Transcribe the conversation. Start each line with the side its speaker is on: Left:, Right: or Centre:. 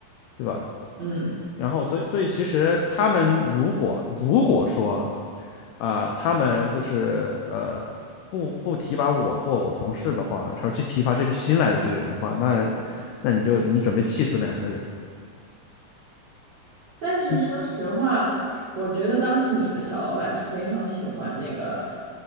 Left: 对吧？
Right: 嗯。
Left: 然后，所以，所以其实他们如果如果说，啊、呃他们就是呃不不提拔我或我同事的话，然后去提拔这个新来的这个人的话，那那你就你准备气死两个人。
Right: 但是说实话，
Left: 你
Right: 我觉得当时你的小老板是非常喜欢那个